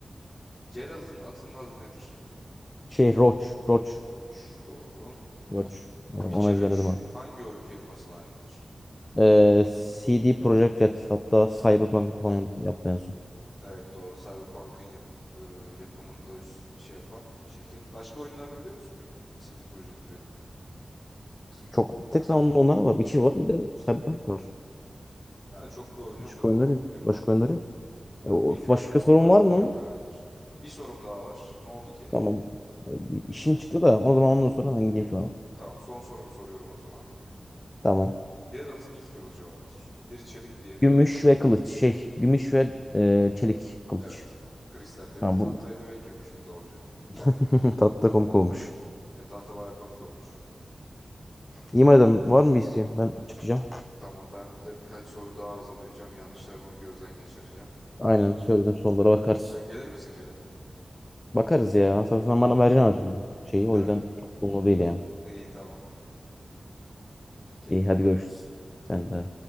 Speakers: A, on the left; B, on the left.
A: Geralt'ın atının adı nedir?
B: Şey Roach. Roach.
A: Roç doğru.
B: Roach. Onu
A: Witcher
B: ezberledim
A: 3
B: abi.
A: hangi oyun firmasına aittir?
B: Ee, CD Projekt Red. Hatta Cyberpunk'ta falan yaptı, yaptı en son.
A: Evet doğru Cyberpunk'ın yap e, yapımında üst şey yapan şirket. Başka oyunlarını biliyor musun CD Projekt Red'in?
B: Çok bir tek zaman onlara var. Witcher var bir de Cyberpunk var.
A: Ha, çok bir oyunu
B: Başka
A: yok o zaman
B: oyunları
A: bu
B: yok.
A: firmanın.
B: Başka oyunları yok.
A: Yani
B: E, o,
A: bu iki
B: başka
A: oyunda ama
B: sorun
A: baya
B: var
A: mükemmel
B: mı?
A: oynar. Bir sorum daha var. Ne oldu ki?
B: Tamam. E, bir işim çıktı da o zaman ondan sonra ben gideyim sonra.
A: Tamam son sorum soruyorum o zaman.
B: Tamam.
A: Geralt'ın iki kılıcı vardır. Biri çelik diğeri
B: Gümüş
A: nedir?
B: ve kılıç. Şey, gümüş ve e, çelik kılıç.
A: Evet. Kristal demir
B: Ha,
A: tahtaydı
B: bu
A: ve gümüştü doğru cevap.
B: <laughs> tatlı da komik olmuş.
A: E, tahta baya komik olmuş.
B: İyi madem var mı bir isteğin? Ben çıkacağım.
A: Tamam ben de birkaç soru daha hazırlayacağım. Yanlışlarımı bir gözden geçireceğim.
B: Aynen söylediğim sorulara bakarız.
A: Sen gelir misin yarın?
B: Bakarız ya. Sen, sen bana vereceksin her türlü şeyi.
A: <laughs>
B: O yüzden çok da umurumda değil yani.
A: İyi tamam. Kendine
B: İyi
A: iyi
B: hadi
A: bak.
B: görüşürüz. Sen de.